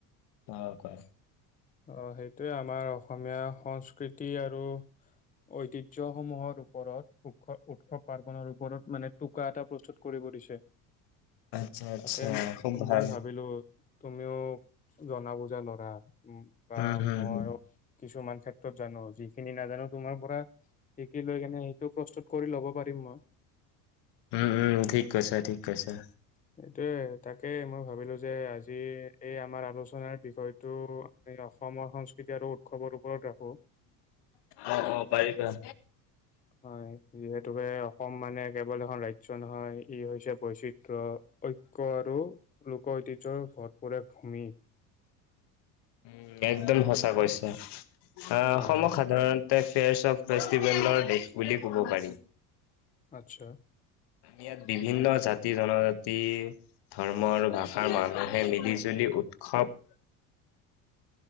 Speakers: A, on the left (about 65°); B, on the left (about 20°).
A: অ কোৱা
B: অহ সেইটোৱে আমাৰ অসমীয়া সংস্কৃতি আৰু ঐতিহ্য সমূহৰ ওপৰত উৎস উৎসৱ পাৰ্বনৰ ওপৰত মানে টোকা এটা প্ৰস্তুত কৰিব দিছে।
A: আচ্ছা আচ্ছা
B: তাকে ম
A: খুব ভাল
B: মই ভাবিলো তুমিও জনা বুজা ল'ৰা বা
A: উম হম
B: মই
A: হম
B: কিছুমান ক্ষেত্ৰত জানো, যিখিনি নাজানো তোমাৰ পৰা শিকি লৈ কেনে এইটো প্ৰস্তুত কৰি ল'ব পাৰিম মই।
A: ওম ওম ঠিক কৈছা, ঠিক কৈছা।
B: তাকে তাকে মই ভাবিলো যে আজ যি এই আমাৰ আলোচনাৰ বিষয়টো আমি অসমৰ সংস্কৃতি আৰু উৎসৱৰ ওপৰত ৰাখো
A: অ অ পাৰিবা।
B: হয়, যিহেতুকে অসম মানে কেৱল এখন ৰাজ্য নহয়, ই হৈছে বৈচিত্ৰ, ঐক্য আৰু লোক ঐতিহ্যৰ ভৰপূৰ এক ভূমি।
A: উম একদম সঁচা কৈছে আহ
B: হয়
A: অসমক
B: হয়
A: সাধাৰণ তে ফেয়াৰছ ফেষ্টিভেলৰ দেশ বুলি ক'ব পাৰি
B: আচ্ছা।
A: ইয়াত বিভিন্ন জাতি জনজাতি। ধৰ্ম আৰু ভাষাৰ মানুহে মিলি-জুলি উৎসৱ